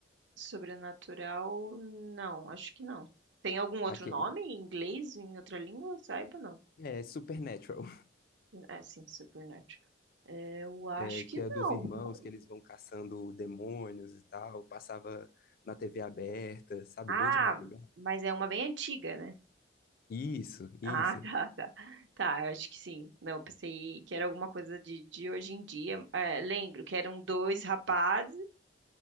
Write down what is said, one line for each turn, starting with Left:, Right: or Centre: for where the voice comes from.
Right: Sobrenatural? Não, acho que não. Tem algum outro
Left: Aquele
Right: nome em inglês, em outra língua? Saiba, não.
Left: é Supernatural.
Right: É, sim, Supernatural. É, Eu acho
Left: é, que
Right: que não.
Left: é dos irmãos
Right: <laughs>
Left: que eles vão caçando demônios e tal, passava na TV aberta, sabe,
Right: Ah,
Left: bem de madrugada.
Right: mas é uma bem antiga, né?
Left: Isso, isso,
Right: Ah, <laughs> tá, tá. Tá, eu acho que sim. Não, eu pensei que era alguma coisa de, de hoje em dia. É, lembro que eram dois rapazes,